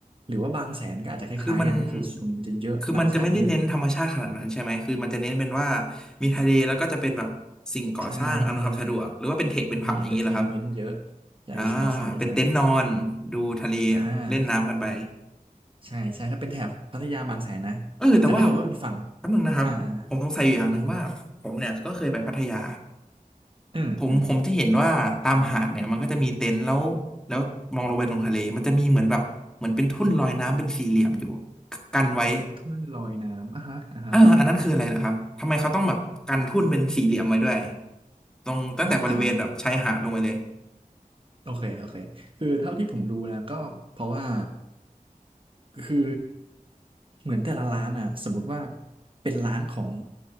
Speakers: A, on the right; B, in the centre.
A: หรือว่าบางแสนก็อาจจะคล้ายๆกันก็คือคนมันจะเยอะต่างชาติเยอะ
B: คือมันคือมันจะไม่ได้เน้นธรรมชาติขนาดนั้นใช่ไหมคือมันจะเน้นเป็นว่ามีทะเลแล้วก็จะเป็นแบบสิ่งก่อสร้างอำนวยความสะดวกหรือว่าเป็นเทคเป็นผับอย่างนี้เหรอครับ
A: ใช่ใช่ใช่มีเอนเตอร์เทนเมนต์เยอะใช่ใช่ใช่ใช่
B: อ่าเป็นเต็นท์นอนดูทะเล
A: อ่า
B: เล่นน้ำกันไป
A: ใช่ใช่ถ้าเป็นแถบพัทยาบางแสนนะแต่ถ้าเกิดว่าเป็นฝั่ง
B: เออแต่ว่าแป๊บนึงนะครับผมสงสัยอยู่อย่างหนึ่งว่าผมเนี่ยก็เคยไปพัทยา
A: อ่าอ่าอือฮึเออเออ
B: ผมผมจะเห็นว่าตามหาดเนี่ยมันก็จะมีเต็นท์แล้วแล้วมองลงไปตรงทะเลมันจะมีเหมือนแบบเหมือนเป็นทุ่นลอยน้ำเป็นสี่เหลี่ยมอยู่กันไว้
A: ทุ่นลอยน้ำอ่ะฮะอ่ะฮะ
B: เอออันนั้นคืออะไรเหรอครับทำไมเขาต้องแบบกันทุ่นเป็นสี่เหลี่ยมไว้ด้วยตรงตั้งแต่บริเวณแบบชายหาดลงไปเลย
A: ถ้าถามโอเคโอเคคือเท่าที่ผมรู้นะก็เพราะว่าคือเหมือนแต่ละร้านอ่ะสมมติว่าเป็นร้านของ